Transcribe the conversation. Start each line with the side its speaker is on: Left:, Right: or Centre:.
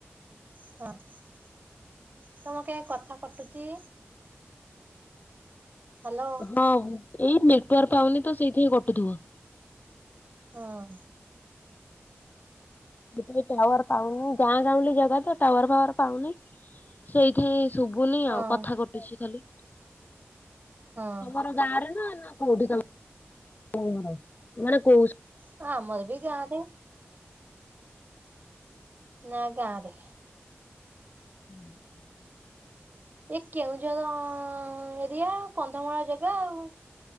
Right: <inaudible> ତମ କାଇଁ କଥା କଟୁଚି। ହ୍ୟାଲୋ
Left: ହଁ ଏଇ ନେଟୱାର୍କ ପାଉନି ତ ସେଇଥି ପାଇଁ କଟୁଥିବ।
Right: ହଁ।
Left: <unintelligible> <inaudible> ଟାୱାର ପାଉନି ଗାଁ ଗାଉଁଲି ଜାଗା ତ ଟାୱାର ଫାୱାର ପାଉନି ସେଇଠି ଶୁଭୁନି
Right: ହଁ।
Left: ଆଉ କଥା କଟୁଚି ଖାଲି
Right: ହଁ
Left: ତମର ଗାଁରେ ନା ନା କୋଉଠି ତମେ <unintelligible>
Right: ହଁ ଆମର ବି ଗାଁ ରେ। ନା ଗାଁରେ।
Left: ହୁଁହୁଁ।
Right: ଏ କେଉଁଝର ଏରିଆ କନ୍ଧମାଳ ଜାଗା ଆଉ।